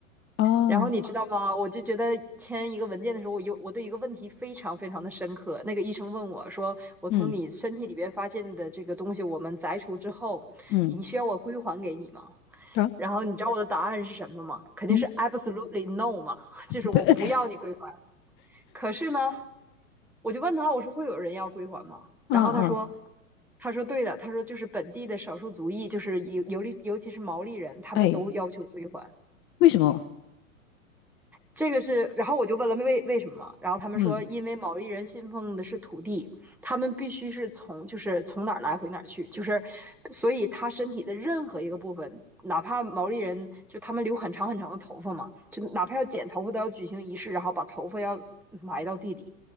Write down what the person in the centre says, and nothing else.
然后你知道吗？我就觉得签一个文件的时候，我有我对一个问题非常非常的深刻。那个医生问我说：“我从你身体里边发现的这个东西，
我们摘除之后，
你需要我归还给你吗？”
然后你知道我的答案是什么吗？肯定是
absolutely no 嘛，<laughs> 就是我不要你归还。
可是呢，我就问他，我说会有人要归还吗？
然后他说，他说对的，他说就是本地的少数族裔，就是尤尤其尤其是毛利人，他们都要求归还。
这个是，然后我就问了为为什么，然后他们说，
因为毛利人信奉的是土地，他们必须是从就是从哪儿来回哪儿去，就是所以他身体的任何一个部分，哪怕毛利人就他们留很长很长的头发嘛，就哪怕要剪头发都要举行仪式，然后把头发要埋到地里。